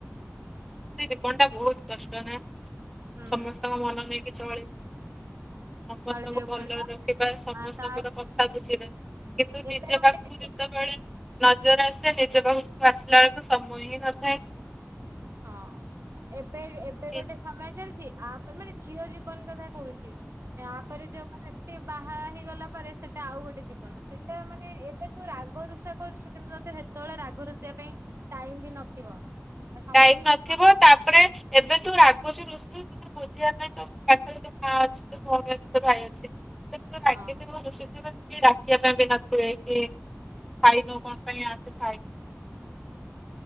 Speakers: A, in the centre; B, on the right.
A: ସେ ଜୀବନ ଟା ବହୁତ କଷ୍ଟ ନା
B: ହୁଁ
A: ସମସ୍ତଙ୍କ ମନ ନେଇକି ଚଳି ସମସ୍ତଙ୍କୁ
B: ଚଳେଇବାକୁ
A: ଭଲରେ
B: ପଡିବ।
A: ରଖିବା ସମସ୍ତଙ୍କର
B: ଆ ତା
A: କଥା ବୁଝିବା। କିନ୍ତୁ
B: ଏବେ
A: ନିଜ
B: ଗୋଟେ
A: ପାଖକୁ ଯଦି ଯେତେବେଳେ ନଜର ଆସେ ନିଜ ପାଖକୁ ଆସିଲା ବେଳକୁ ସମୟ ହିଁ ନଥାଏ।
B: ହଁ ଏବେ ଏବେ
A: କି
B: ଗୋଟେ ସମୟ ଚାଲିଛି। ଆପରେ ମାନେ ଝିଅ ଜୀବନ କଥା କହୁଛି ତାପରେ ଯୋଉ ଏମତି ବାହା ହେଇଗଲା ପରେ ସେଟା ଆଉ ଗୋଟେ ଜୀବନ ସେଟା ମାନେ ଏବେ ତୁ ରା ରାଗ ରୁଷା କରୁଛୁ କିନ୍ତୁ ତୋତେ ସେତେବେଳେ ରାଗ ରୋଷିବା ପାଇଁ ଟାଇମ ବି ନଥିବ। ଆଉ ସମସ୍ତଙ୍କ
A: ଟାଇମ ନଥିବ
B: ମନ
A: ତାପରେ ଏବେ ତୁ ରାଗୁଛୁ ଋଷୁ ବୁଝିବା ପାଇଁ ତୁ ପାଖରେ ତୁ ମା ଅଛି ତୁ ଭଉଣୀ ଅଛୁ ତୁ ଭାଇ ଅଛି। <unintelligible>
B: ହଁ
A: ରାଗିକି ମୁଁ ରୁଷି ସେତେବେଳେ କିଏ ଡାକିବା ପାଇଁ ବି ନଥିବେ କି ଖାଇନୁ କଣ ପାଇଁ ଆସ ଖାଇ